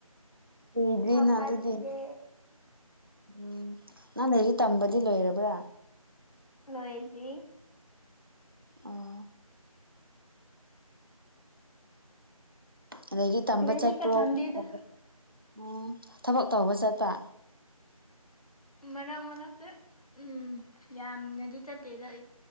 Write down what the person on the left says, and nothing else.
ꯊꯥ ꯐꯥꯗ꯭ꯔꯤꯌꯦ
ꯂꯣꯏꯗ꯭ꯔꯤ
ꯂꯥꯏꯔꯤꯛꯀ
ꯇꯝꯗꯦꯗ
ꯃꯅꯛ ꯃꯅꯛꯇ ꯎꯝ ꯌꯥꯝꯅꯗꯤ ꯆꯠꯇꯦꯗ ꯑꯩ